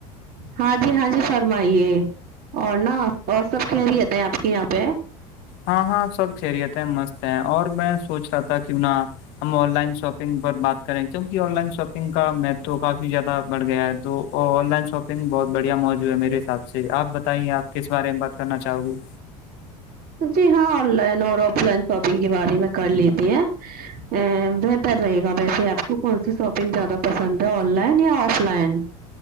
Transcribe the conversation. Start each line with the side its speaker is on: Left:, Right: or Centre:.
Right: ہاں جی ہاں جی فرمائیے اور نہا اور سب خہریت ہیں آپ کے یہاں پہ
Left: ہاں ہاں سب خیریت ہیں مست ہے اور میں سوچ رہا تھا کیوں نہ ہم آن لائن شاپنگ پر بات کریں کیونکہ آن لائن شاپنگ کا مہتو کافی زیادہ بڑھ گیا ہے تو ا آن لائن شاپنگ بہت بڑھیا موجوع ہے میرے حساب سے آپ بتائیے آپ کس بارے میں بات کرنا چاہو گی
Right: جی ہاں آن لائن اور آف لائن شاپنگ کے بارے میں کر لیتے ہیں ا بہتر رہے گا ویسے آپ کو کون سی شاپنگ زیادہ پسند ہے آن لائن یا آف لائن